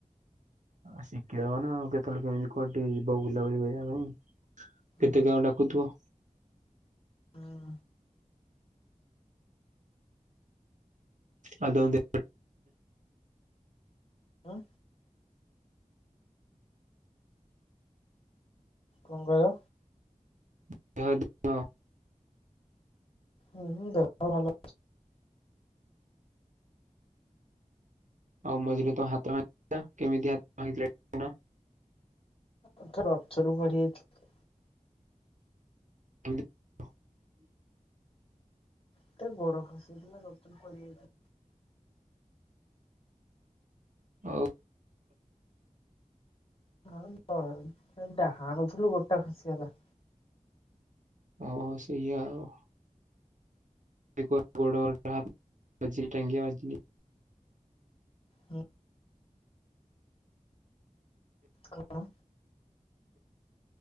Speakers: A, on the right; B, on the left.
A: ଆ ଶିଖେଇବ ନା ଆଉ କେତେବେଳେ କେମିତି କଉଠିକି ଯିବ ବୁଲାବୁଲି କରିବା ପାଇଁ।
B: ହୁଁ
A: କେତେ କାହାଙ୍କୁ ଡାକୁଥିବି।
B: ହୁଁ।
A: ପାଦ ଦେ
B: ଆଁ କଣ କହିଲ?
A: <unintelligible>
B: ହୁଁ-ଉ-ଉ ଦେହ ପା ଭଲ।
A: ଆଉ ମଝିରେ ତୋ ହାତ ଭାଙ୍ଗିଥିଲା କେମିତି ହାତ ଭାଙ୍ଗିଥିଲା? ଟିକେ କହୁନ?
B: ଏଥର ରଥରୁ ପଡିଯାଇଥିଲି।
A: <unintelligible>
B: ଏତେ ଗୋଡ ଖସିଗଲା ରଥ ରୁ ପଡିଯାଇଥିଲି।
A: ହଉ।
B: ହଁ <unintelligible> ଏ ଡାହାଣୁଥିଲୁ ଗୋଡଟା ଖସିଗଲା।
A: ଓ ହୋ ସେଇଆ ଆଉ। <unintelligible> ଗୋଡଟା ବାଜି ଟେଙ୍ଗିଆ ବାଜିଲ।
B: ହୁଁ। କଣ?